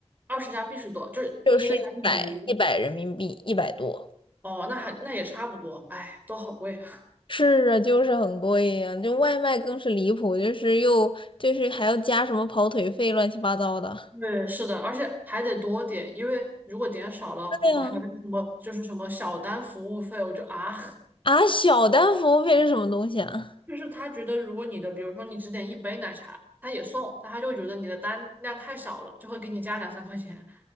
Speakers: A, on the right; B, on the left.
A: 二十加币是多，就是一个加币等于多
B: 就是一百一百人民币，一百多。
A: 哦，那还那也差不多，哎，都好贵啊。
B: 是啊，就是很贵呀、就外卖更是离谱，就是又就是还要加什么跑腿费，乱七八糟的。
A: <laughs> 对，是的，而且还得多点，因为如果点少了，
B: 对呀、
A: 我们还有那个什么就是什么小单服务费，我就啊。
B: 啊，啊小单服务费是什么东西啊？
A: 就是他觉得，如果你的，比如说你只点一杯奶茶，他也送，但他就会觉得你的单量太少了，就会给你加两三块钱，